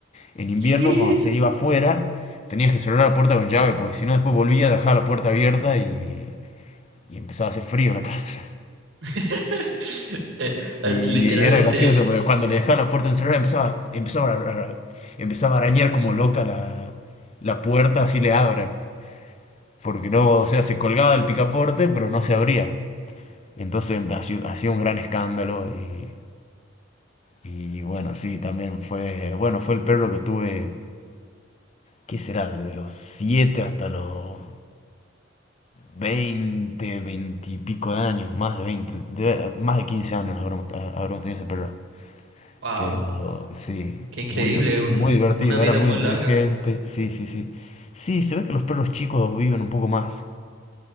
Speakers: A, on the left; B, on the right.
A: en invierno,
B: ¿Qué?
A: cuando se iba afuera, tenías que cerrar la puerta con llave, porque si no, después volvía, dejaba la puerta abierta y, y empezaba a hacer frío la <laughs> casa.
B: <laughs> Eh, eh,
A: Y,
B: literalmente,
A: y era gracioso, porque cuando le dejaba la puerta encerrada, empezaba, empezaba, a, a- empezaba a arañar como loca la, la puerta, así le abran. Porque no, o sea, se colgaba del picaporte, pero no se abría. Entonces hacía un gran escándalo y, y bueno, sí, también fue, bueno, fue el perro que tuve, ¿qué será? Desde los 7 hasta los 20 20 y pico de años, más de veinte de- más de 15 años habremos, habremos tenido ese perro.
B: wow,
A: Pero sí,
B: qué increíble,
A: muy,
B: un,
A: muy divertido,
B: una vida
A: era muy
B: muy
A: inteligente,
B: larga.
A: sí, sí, sí. Sí, se ve que los perros chicos viven un poco más.